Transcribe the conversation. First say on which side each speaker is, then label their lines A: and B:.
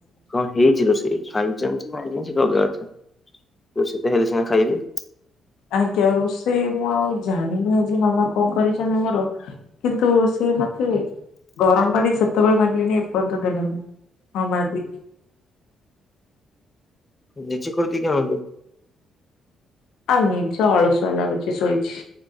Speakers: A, on the left; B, on the left.
A: କଣ ହେଇଛି ରୋଷେଇ ଖାଇଚ? <unintelligible> ରୋଷେଇ ତ ହେଲେ ସିନା ଖାଇବେ।
B: ଆଜ୍ଞା, ରୋଷେଇ ମୁଁ ଆଉ ଜାଣିନି ଆଜି ମାମା କଣ କରିଚନ୍ତି ମୋର। କିନ୍ତୁ ସେ ମତେ ଗରମ ପାଣି ସେତେବେଳେ ମାଗିଲିଣିି ଏପନ୍ତ ଦେଲେନି। ହଁ ବା ଦେ
A: ନିଜେ କରିକି ଏକା ଆଣବ।
B: ଆଉ ନିଜ ଅଳସୁଆ ଲାଗୁଚି ଶୋଇଛି।